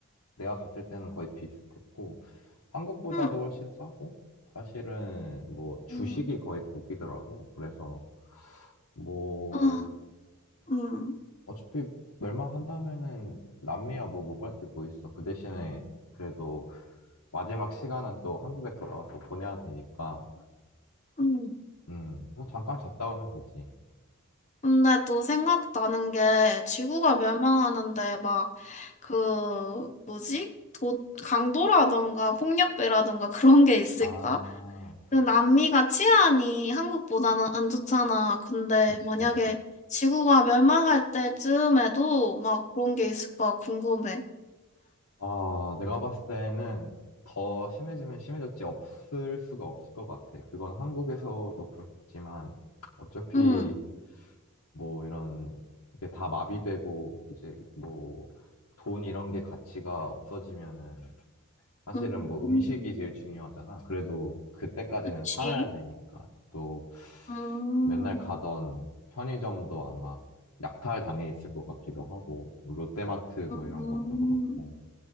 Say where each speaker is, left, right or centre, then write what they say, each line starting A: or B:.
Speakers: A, on the left (about 80°); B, on the left (about 30°).
A: 내가 갔을 때는 거의 비슷했고, 한국보다도
B: 응.
A: 훨씬 싸고, 사실은 뭐 주식이
B: 응.
A: 거의 고기더라고. 그래서 뭐
B: 아, 음,
A: 어차피 멸망한다면은 남미야 뭐 못 갈 게 뭐 있어. 그 대신에 그래도 마지막 시간은 또 한국에 돌아와서 보내야 되니까,
B: 음.
A: 음, 뭐 잠깐 갔다 오면 되지.
B: 근데 또 생각나는 게 지구가 멸망하는데 막 그 뭐지? 도, 강도라던가 폭력배라던가 <laughs> 그런 게 있을까?
A: 아,
B: 그 남미가 치안이 한국보다는 안 좋잖아. 근데
A: 그치.
B: 만약에 지구가 멸망할 때쯤에도 막 그런 게 있을까 궁금해.
A: 아, 내가 봤을 때는 더 심해지면 심해졌지 없을 수가 없을 것 같아. 그건 한국에서도 그렇겠지만 어차피
B: 응,
A: 뭐 이런 이게 다 마비되고 이제 뭐 돈 이런 게 가치가 없어지면은 사실은
B: 음,
A: 뭐 음식이 제일 중요하잖아. 그래도 그때까지는
B: 그치?
A: 살아야 되니까 또
B: 음,
A: 맨날 가던 편의점도 아마 약탈 당해 있을 것 같기도 하고 뭐 롯데마트 뭐 이런
B: 음.
A: 것도 그렇고